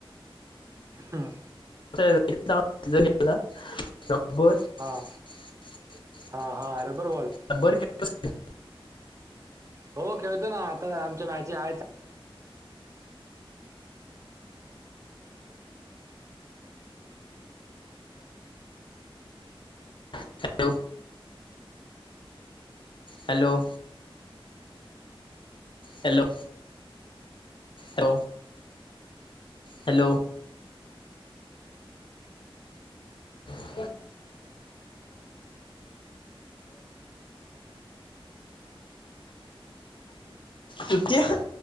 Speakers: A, on the right; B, on the left.
A: हा.
B: <inaudible>
A: हां
B: <unintelligible>
A: हां हां रबर बॉल हो खेळतो ना आता आमच्या मॅचे आहेत. <inaudible>
B: हॅलो. Hello, hello. हॅ, हॅलो. <unintelligible> <unintelligible> अरे <unintelligible>